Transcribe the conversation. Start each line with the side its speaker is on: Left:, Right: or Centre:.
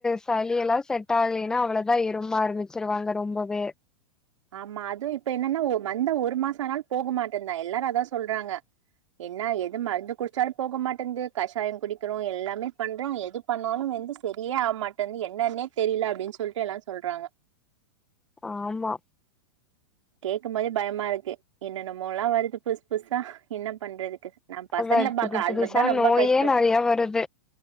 Centre: சளி எல்லா செட் ஆகலேன்னா அவ்வளோதா இரும்ப ஆரம்பிச் சிருவாங்க ரொம்பவே
Right: ஆமா அது இப்ப என்னென்னா ஒ வந்த ஒரு மாச ஆனாலு போகுமாட்டன்தே எல்லாரு அதா சொல்றாங்க என்ன எது மருந்து குடிச்சாலு போக மாட்டேன்து கஷாயோ குடிக்கிறோ எல்லாமே பண்றோ எது பண்ணாலு வந்து செரியே ஆக மாட்டேந்து என்னென்னே தெரியல அப்டின் சொல்லிட்டு எல்லா சொல்றாங்க
Centre: ஆமா
Right: கேக்கும் போதே பயமா இருக்கு என்னென்னமோல்லா வருது புதுசு புதுசா என்ன பண்றதுக்கு நம் பசங்கள
Centre: அதா புது
Right: பாக்க ஆள்
Centre: புதுசா
Right: வந்தா ரொம்ப
Centre: நோயே
Right: கஷ்டோ
Centre: நெறைய வருது